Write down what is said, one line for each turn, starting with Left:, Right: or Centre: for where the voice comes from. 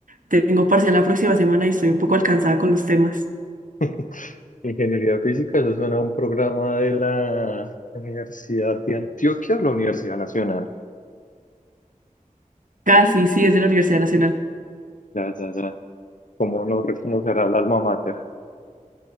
Right: tengo parcial la próxima semana y estoy un poco alcanzada con los temas.
Left: <laughs> Ingeniería física, eso suena a un programa de la Universidad de Antioquia, la Universidad Nacional.
Right: Casi, sí, es de la Universidad Nacional.
Left: Ya, ya, ya. ¿Cómo no reconocerá el alma mater?